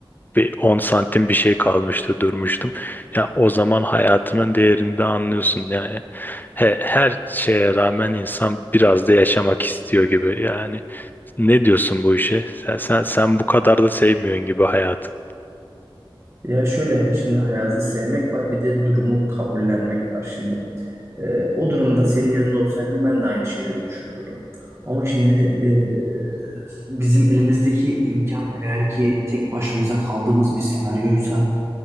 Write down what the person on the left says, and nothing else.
bir 10 santim bir şey kalmıştı durmuştum. Ya o zaman hayatının değerini de anlıyorsun yani. He- her şeye rağmen insan biraz da yaşamak istiyor gibi yani. Ne diyorsun bu işe? Sen, sen, sen bu kadar da sevmiyorsun gibi hayatı.